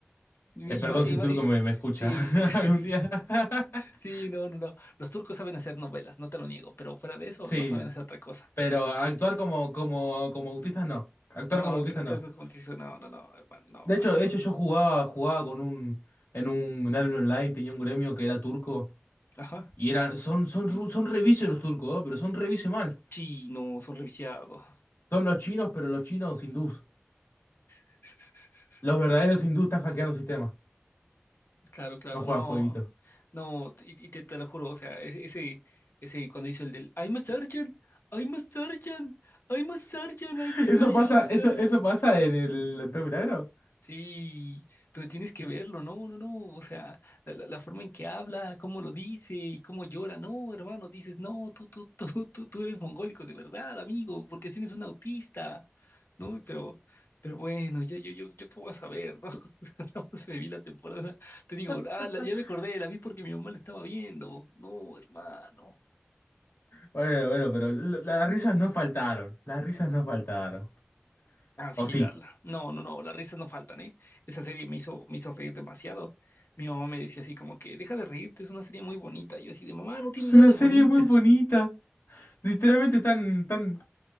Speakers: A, on the left; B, on the left.
A: Y
B: Eh, perdón
A: y va-
B: si
A: y
B: un
A: va-
B: turco
A: y-
B: me, me escucha
A: sí,
B: <laughs>
A: <laughs>
B: algún día. <laughs>
A: sí, no, no, no. Los turcos saben hacer novelas, no te lo niego, pero fuera de eso,
B: Sí,
A: no saben hacer otra cosa.
B: pero actuar como, como, como autistas no. Actuar
A: No,
B: como
A: act-
B: autistas
A: actores
B: no.
A: como te no, no, no, hermano, no,
B: De
A: ¿para
B: hecho,
A: qué?
B: de hecho yo jugaba, jugaba con un, en un en gremio online, tenía un gremio que era turco.
A: Ajá.
B: Y eran, son, son, ru- son revicios los turcos, ¿no? pero son revicios mal.
A: Sí, no, son reviciados.
B: Son los chinos, pero los chinos hindús.
A: <laughs>
B: Los verdaderos hindús están hackeando el sistema.
A: Claro, claro,
B: No juegan
A: no,
B: jueguitos.
A: no, y, y te, te lo juro, o sea, ese, ese, ese cuando hizo el del I'm a surgeon, I'm a surgeon, I'm a surgeon,
B: <laughs>
A: I did,
B: Eso
A: I
B: pasa,
A: am a surgeon.
B: eso, eso pasa en el Doctor Milagro.
A: Sí, pero tienes que verlo, no, no, no, o sea, la, la- la forma en que habla, cómo lo dice y cómo llora, no, hermano, dices, no, tú, tú, tú, <laughs> tú, tú eres mongólico de verdad, amigo, porque tienes un autista, ¿no? Pero, pero bueno, yo, yo, yo, yo qué voy a saber, ¿no? <laughs> O sea, nada más me vi la temporada, te digo,
B: <laughs>
A: ah, la- ya me acordé, la vi porque mi mamá la estaba viendo, no, hermano.
B: Bueno, bueno, pero l- las risas no faltaron. Las risas no faltaron.
A: Ah, sí,
B: O sí.
A: la, la- No, no, no, las risas no faltan, ¿eh? Esa serie me hizo, me hizo reír demasiado. Mi mamá me decía así como que, deja de reírte, es una serie muy bonita. Y yo así de, mamá, no tiene
B: Es
A: nada
B: una
A: de
B: serie
A: bonita.
B: muy bonita. Literalmente están, están,